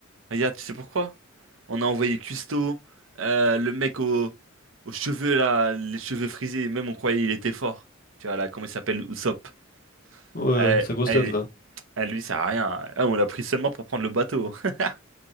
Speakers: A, on the right; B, on the left.
A: Regarde, tu sais pourquoi? On a envoyé Custo, euh, le mec aux, aux cheveux là, les cheveux frisés, même on croyait il était fort. Tu vois là, comment il s'appelle, Usopp.
B: Ouais,
A: Euh,
B: sa grosse
A: elle-
B: tête là.
A: elle, lui, sert à rien. Ah, on l'a pris seulement pour prendre le bateau. <laughs>